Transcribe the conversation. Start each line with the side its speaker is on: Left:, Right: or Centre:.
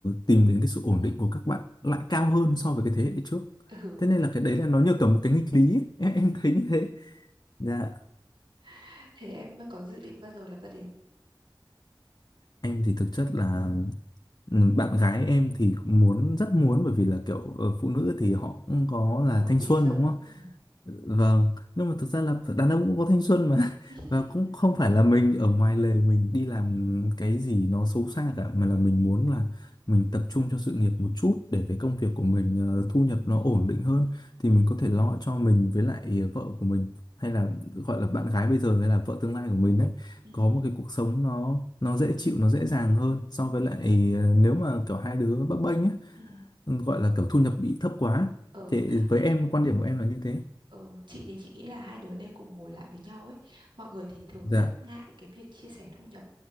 Left: tìm đến cái sự ổn định của các bạn lại cao hơn so với cái thế hệ trước
Right: ừ
Left: thế nên là cái đấy là nó như kiểu một cái nghịch lý ấy. Em,
Right: ừ
Left: em thấy như thế dạ
Right: <laughs> thế em có dự định bao giờ lập gia đình?
Left: em thì thực chất là ừ, bạn gái em thì cũng muốn rất muốn bởi vì là kiểu ờ, phụ nữ thì họ cũng có
Right: Muốn
Left: là
Right: ổn
Left: thanh
Right: định
Left: xuân
Right: sớm.
Left: đúng không?
Right: ừ
Left: Vâng, nhưng mà thực ra là đàn ông cũng có thanh xuân mà <laughs>
Right: <laughs>
Left: và cũng không phải là mình ở ngoài lề mình đi làm cái gì nó xấu xa cả mà là mình muốn là mình tập trung cho sự nghiệp một chút để cái công việc
Right: ừ
Left: của mình ờ, thu nhập nó ổn định hơn thì
Right: ừ
Left: mình có thể lo cho mình với lại ờ, vợ của mình hay là
Right: ừ
Left: gọi là bạn gái bây giờ hay là vợ tương lai của mình đấy
Right: ừ
Left: có một cái cuộc sống nó nó dễ chịu nó dễ dàng hơn so với lại ờ, nếu mà kiểu hai đứa bấp bênh ấy
Right: ừ.
Left: gọi là kiểu thu nhập bị thấp quá
Right: Ừ.
Left: thì với em quan điểm của em là như thế
Right: Ừ, chị thì chị nghĩ là hai đứa nên cùng ngồi lại với nhau ấy. Mọi người thì thường
Left: Dạ
Right: rất ngại cái việc chia sẻ thu nhập